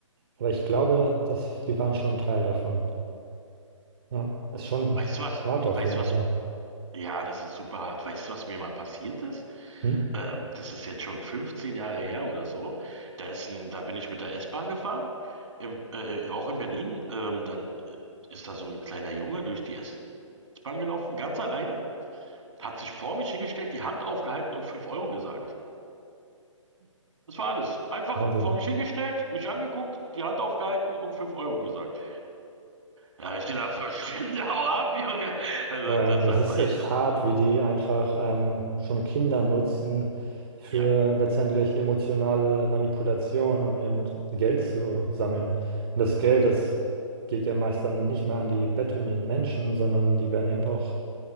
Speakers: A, on the right; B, on the right.
A: Aber ich glaube, dass die waren schon ein Teil davon. Ja, ist schon
B: Weißt du was?
A: hart auf
B: Weißt
A: jeden
B: du was?
A: Fall.
B: Ja, das ist super hart. Weißt du, was mir mal passiert ist?
A: Hm?
B: Ähm, das ist jetzt schon 15 Jahre her oder so. Da ist ein, da bin ich mit der S-Bahn gefahren, im, äh, auch in Berlin. Ähm, dann äh, ist da so ein kleiner Junge durch die S-Bahn gelaufen, ganz alleine. Hat sich vor mich hingestellt, die Hand aufgehalten und 5 Euro gesagt. Das war alles. Einfach
A: Wahnsinn.
B: vor mich hingestellt, mich angeguckt, die Hand aufgehalten und 5 Euro gesagt. Da habe ich gedacht, verschwinde, <laughs> hau ab, Junge. Also,
A: Äh,
B: das
A: das
B: war
A: ist echt
B: ich. Das,
A: hart, wie die einfach ähm, schon Kinder nutzen für
B: ja,
A: letztendlich emotionale Manipulation, um eben Geld zu sammeln. Und das Geld, das geht ja meist dann nicht mehr an die bettelnden Menschen, sondern die werden eben auch